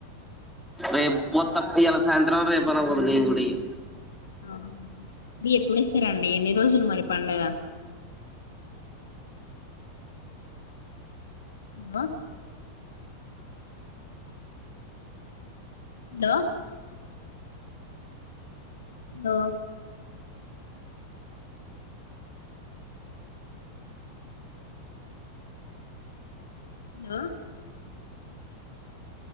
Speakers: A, in the centre; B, on the left.
A: రేపు పోత్త ఇయాలా సాయంత్రం రేపు అన్న పోతా నేను కూడా ఇగ
B: ఆహా ఎప్పుడు వస్తారండి ఎన్ని రోజులు మరి పండగ ఇంగా హలో హలో హలో